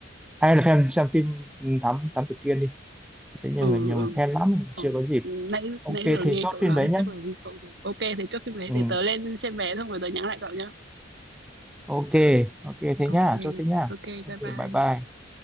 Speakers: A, in the centre; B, on the right.
A: ai là fan xem phim thám thám tử Kiên đi thế nhiều
B: Ừ
A: người nhiều
B: ừ.
A: người khen lắm chưa
B: Ồ,
A: có dịp
B: nãy
A: ok
B: nãy giờ
A: thế
B: nghe
A: chốt
B: cậu
A: phim
B: nói
A: đấy
B: thì
A: nhá
B: chắc là gu cậu rồi. Ok, thì chốt phim đấy
A: ừ
B: để tớ lên xem vé xong rồi tớ nhắn lại cậu nhá.
A: ok ok thế nhá
B: Ok,
A: chốt thế nhá
B: ok,
A: ok
B: bye
A: bye
B: bye.
A: bye